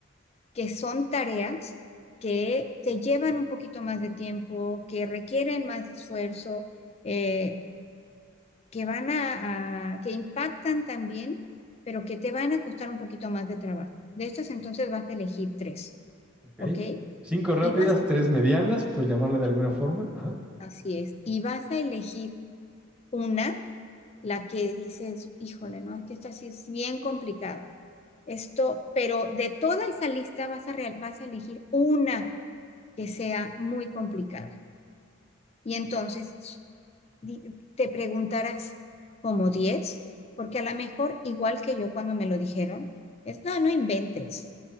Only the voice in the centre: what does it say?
ok.
Cinco rápidas,
tres
medianas, pues llamarle de
alguna forma. Ajá,